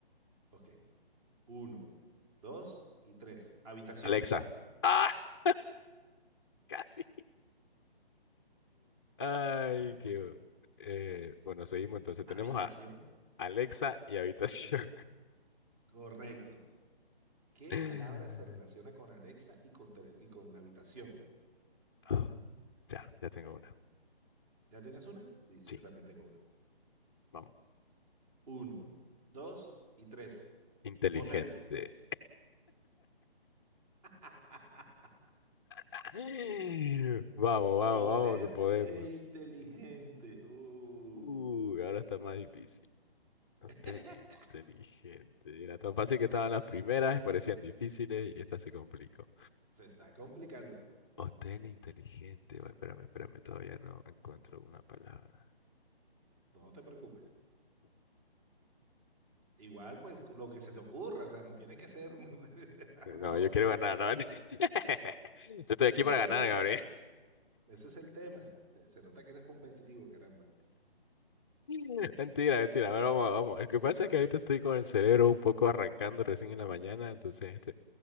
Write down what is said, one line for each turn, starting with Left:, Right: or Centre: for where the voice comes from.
Right: Ok. Uno, dos y tres. Habitación.
Left: Alexa. Ah, <laughs> casi. Ay,
Right: Bueno,
Left: qué... eh, bueno, seguimos entonces.
Right: habitación,
Left: Tenemos a Alexa y habitación.
Right: correcto. ¿Qué
Left: <laughs>
Right: palabra se relaciona con Alexa y con, tele- y con habitación?
Left: Ah, ya, ya tengo una.
Right: ¿Ya tienes una? Listo,
Left: Sí,
Right: yo también tengo una.
Left: vamos.
Right: Uno, dos y tres.
Left: Inteligente.
Right: Hotel. <laughs>
Left: <laughs> Vamos, vamos,
Right: Hotel
Left: vamos, que podemos.
Right: e inteligente. Uh,
Left: Uh, ahora está más difícil. Hotel
Right: <laughs>
Left: inteligente. Era tan fácil que estaban las primeras, parecían difíciles y esta se complicó.
Right: se está complicando.
Left: Hotel inteligente. Oh, espérame, espérame, todavía no encuentro una palabra.
Right: No te preocupes. Igual, pues lo que se te ocurra, o sea, no tiene que ser <laughs> algo.
Left: No, yo quiero ganar, ¿no? <laughs> Yo estoy aquí
Right: Ese
Left: para
Right: es
Left: ganar,
Right: el tema.
Left: Gabriel.
Right: Ese es el tema. Eh, Se nota que eres competitivo, caramba.
Left: <laughs> Mentira, mentira. A ver, vamos, vamos. El que pasa es que ahorita estoy con el cerebro un poco arrancando recién en la mañana, entonces este,